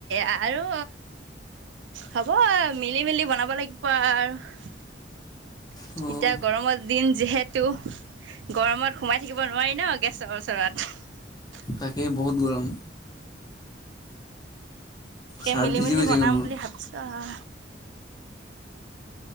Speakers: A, on the right; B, on the left.
A: আৰু হ'ব আও মিলি মেলি বনাব লাগিব আও। এতিয়া
B: ত'
A: গৰমৰ দিন যিহেতু গৰমত সোমাই থাকিব নোৱাৰি ন গেছৰ ওচৰত।
B: তাকে বহুত গৰম
A: তাকে
B: চাৰ্ট
A: মিলি
B: ভিজি
A: মেলি
B: গৈছেগৈ
A: বনাম
B: মোৰ
A: বুলি ভাবিছো আও।